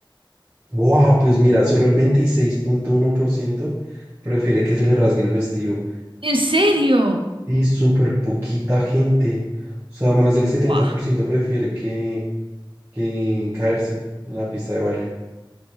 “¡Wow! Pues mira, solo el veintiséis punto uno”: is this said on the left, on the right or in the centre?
Right